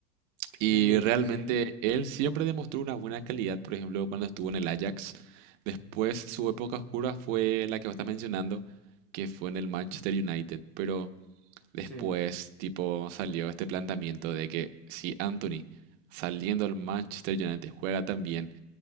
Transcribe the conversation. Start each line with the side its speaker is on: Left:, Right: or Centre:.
Right: Y
Centre: Sí,
Right: realmente
Centre: sí, sí,
Right: él siempre demostró una buena calidad, por ejemplo, cuando estuvo en el Ajax. Después su época oscura fue la que vos estás mencionando, que fue en el Manchester United. Pero después,
Centre: sí,
Right: tipo, salió este planteamiento de que si Anthony, saliendo al Manchester United, juega tan bien,